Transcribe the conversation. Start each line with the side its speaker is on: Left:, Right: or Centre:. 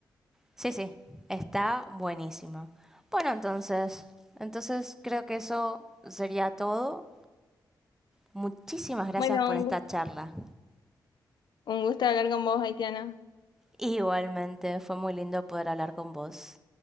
Centre: sí, sí. Está buenísima. Bueno, entonces, entonces creo que eso sería todo. Muchísimas gracias
Left: Bueno,
Centre: por
Left: un,
Centre: esta
Left: gu-
Centre: charla.
Left: un gusto hablar con vos, Haitiana.
Centre: Igualmente, fue muy lindo poder hablar con vos.